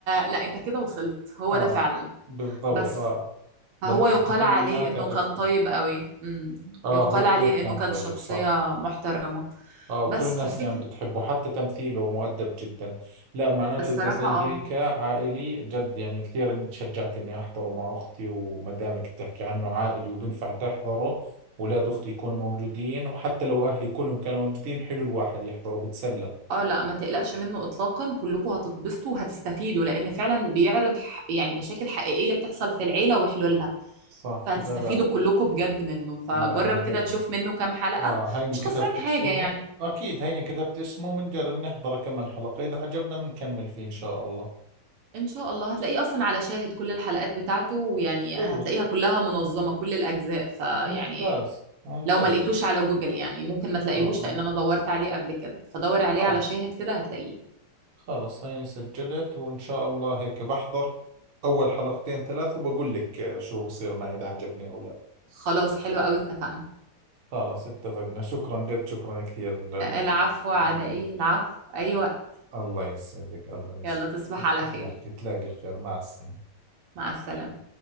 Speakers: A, on the right; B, on the right.
A: لا انت كده وصلت هو
B: اه
A: ده فعلا
B: بالضبط
A: بس
B: اه
A: هو
B: لما
A: يقال
B: حكيت لي
A: عليه
B: مات
A: انه
B: عرفته
A: كان طيب قوي امم
B: اه
A: يقال
B: هو كثير
A: عليه انه
B: كان
A: كان
B: طيب
A: شخصية
B: صح
A: محترمة
B: اه وكل
A: بس
B: الناس
A: ففكرة
B: كانت بتحبه حتى تمثيله مؤدب جدا لا معناته
A: الصراحة
B: اذا زي
A: اه
B: هيك عائلي جد يعني كثير اني تشجعت اني احضره مع اختي وما دامك بتحكي عنه عائلي وبنفع تحضره اولاد اختي يكونوا موجودين وحتى لو اهلي كلهم كانوا موجودين حلو الواحد يحضره بتسلى
A: اه لا ما تقلقش منه اطلاقا كلكم هتتبسطوا وهتستفيدوا لان فعلا بيعرض ح- يعني مشاكل حقيقية بتحصل في العيلة وحلولها
B: صح
A: فهتستفيدوا
B: لا لا
A: كلكم بجد منه فجرب
B: لا عجبني
A: كده تشوف منه كام حلقة
B: اه هيني
A: مش
B: كتبت
A: خسران حاجة
B: اسمه
A: يعني
B: اكيد هيني كتبت اسمه بنجرب نحضره كم من حلقة اذا عجبنا بنكمل فيه ان شاء الله
A: ان شاء الله هتلاقيه اصلا على شاهد كل الحلقات بتاعته ويعني
B: حلو
A: هتلاقيها كلها منظمة كل الاجزاء فيعني
B: ممتاز ممتاز
A: لو ما لقيتوش على جوجل يعني ممكن ما تلاقيهوش
B: اه اه
A: لان انا دورت عليه قبل كده فدور عليه
B: طبعا
A: على شاهد كده هتلاقيه
B: خلاص هيني سجلت وإن شاء الله هيك بحضر أول حلقتين ثلاث وبقول لك آه، شو بصير معي إذا عجبني أو لا
A: خلاص حلو قوي اتفقنا
B: خلاص اتفقنا شكرا جد شكرا كثير لل...
A: العفو على
B: الله
A: ايه العفو ايوه
B: الله يسعدك الله يسعدك
A: يلا تصبح على خير
B: نحكي تلاقي الخير مع السلامة
A: مع السلامة